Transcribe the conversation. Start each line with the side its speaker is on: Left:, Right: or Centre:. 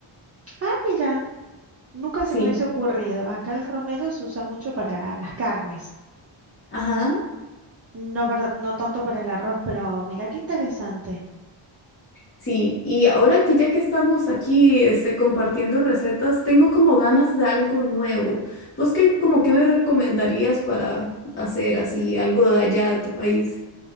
Right: Ah, mira. Nunca
Left: Sí.
Right: se me hubiese ocurrido. Acá el romero se usa mucho para las carnes.
Left: Ajá.
Right: No para- no tanto para el arroz, pero mira qué interesante.
Left: Sí, y ahora que ya que estamos aquí, este, compartiendo recetas, tengo como ganas de algo nuevo. ¿Vos qué, como qué me recomendarías para hacer así algo de allá de tu país?